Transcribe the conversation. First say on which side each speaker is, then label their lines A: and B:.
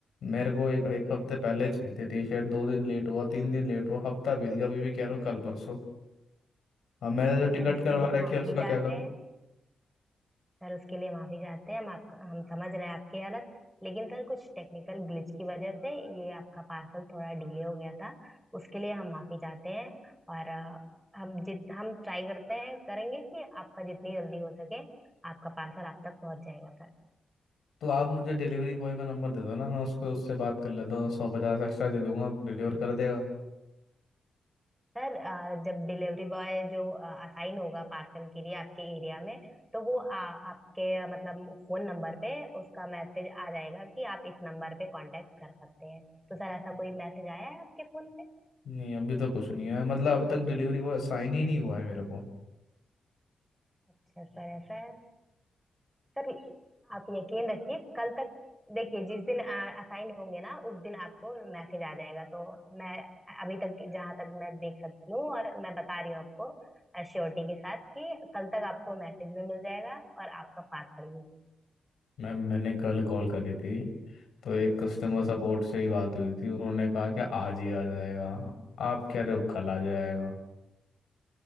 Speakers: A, on the left; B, in the centre.
A: मेरे को एक एक हफ्ते पहले चाहिए थे टी शर्ट दो दिन लेट हुआ तीन दिन लेट हुआ हफ्ता बीत गया अभी भी कह रहे हो कल परसों अब मैंने जो टिकट
B: सर उसके
A: करवा
B: लिए
A: रखी
B: माफी
A: है उसका
B: चाहते
A: क्या करूँ
B: हैं सर उसके लिए माफी चाहते हैं हम आपका हम समझ रहे हैं आपकी हालत लेकिन सर कुछ टेक्निकल ग्लिच की वजह से ये आपका पार्सल थोड़ा डिले हो गया था उसके लिए हम माफी चाहते हैं और अ, हम जित हम ट्राई करते हैं करेंगे कि आपका जितनी जल्दी हो सके आपका पार्सल आप तक पहुंच जाएगा सर
A: तो आप मुझे डिलीवरी बॉय का नंबर दे दो ना मैं उसको उससे बात कर लेता हूँ सौ पचास एक्स्ट्रा दे दूंगा डिलीवर कर देगा
B: सर अ, जब डिलीवरी बॉय जो असाइन होगा पार्सल के लिए आपके एरिया में तो वो आ, आपके मतलब फोन नंबर पे उसका मैसेज आ जाएगा कि आप इस नंबर पे कांटेक्ट कर सकते हैं तो सर ऐसा कोई मैसेज आया है आपके फोन पे
A: नहीं अभी तक कुछ नहीं है मतलब अभी तक डिलीवरी बॉय साइन ही नहीं हुआ है मेरे को
B: अच्छा सर ऐसा है सर आप यकीन रखिए कल तक देखिए जिस दिन असाइन होंगे ना उस दिन आपको मैसेज आ जाएगा तो मैं अभी तक जहाँ तक मैं देख सकती हूँ और मैं बता रही हूँ आपको श्योरिटी के साथ कि कल तक आपको मैसेज भी मिल जाएगा और आपका पार्सल भी
A: मैम मैंने कल कॉल करी थी तो एक कस्टमर सपोर्ट से ही बात हुई थी उन्होंने कहा कि आज ही आ जाएगा आप कह रहे हो कल आ जाएगा